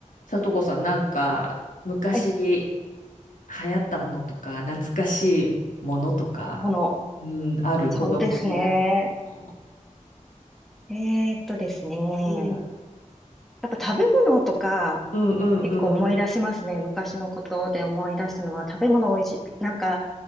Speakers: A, on the left; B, in the centre.
A: さとこさん、なんか、昔流
B: はい、
A: 行ったものとか、懐かしいものとか、
B: もの。
A: うん、ある子供時代の。
B: そうですね。えーっとですね。
A: うん。
B: やっぱ食べ物とか、
A: うんうんうん。
B: 結構思い出しますね。昔のことで思い出すのは、食べ物美味しい。なんか